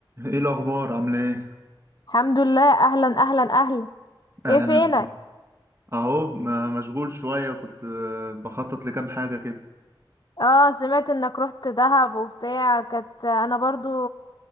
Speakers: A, on the right (about 35°); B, on the left (about 55°).
A: ايه الاخبار عامله ايه
B: الحمد لله اهلا اهلا اهلا
A: اهلا
B: ايه فينك
A: اهو ما- مشغول شويه كنت آه، بخطط لكام حاجه كده
B: اه سمعت انك رحت دهب وبتاع كانت انا برضو